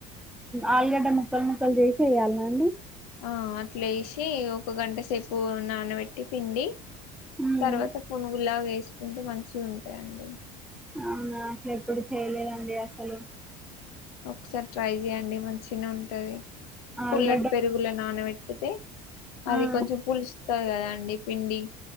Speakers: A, in the centre; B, on the left.
A: ఆలుగడ్డ ముక్కల్ ముక్కల్ చేసి ఏయాల్నా అండి
B: ఆ అట్లేసి ఒక గంట సేపు నానబెట్టి పిండి
A: ఉమ్
B: తర్వాత పునుగుల్లాగా వేసుకుంటే మంచి ఉంటాయండి
A: అవునా అసలు ఎప్పుడు చేయలేదండి అసలు
B: ఒకసారి ట్రై చే్యండి మంచి నె ఉంటది
A: ఆలుగడ్డ
B: పుల్లటి పెరుగుల నానబెట్టితే అది
A: ఆ
B: కొంచెం పులుస్తారు కదా అండి పిండి